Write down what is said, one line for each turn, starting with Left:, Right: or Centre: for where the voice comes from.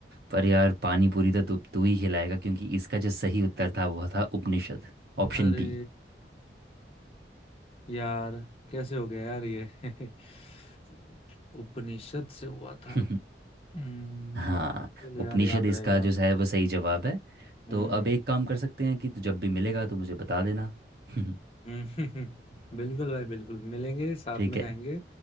Right: पर यार पानी पूरी तो तू तू ही खिलाएगा क्योंकि इसका जो सही उत्तर था वो था उपनिषद ऑप्शन
Left: अरे
Right: बी
Left: यार कैसे हो गया यार ये <laughs> उपनिषद से हुआ था
Right: <laughs>
Left: हम्म,
Right: हाँ
Left: चलो
Right: उपनिषद
Left: यार याद
Right: इसका
Left: रहेगा
Right: जो
Left: अब
Right: है वो सही जवाब है
Left: हम्म
Right: तो अब एक काम कर सकते हैं कि तू जब भी मिलेगा तो मुझे बता देना <laughs>
Left: हम्म, <laughs> बिल्कुल भाई बिल्कुल मिलेंगे साथ
Right: ठीक
Left: में
Right: है
Left: खाएंगे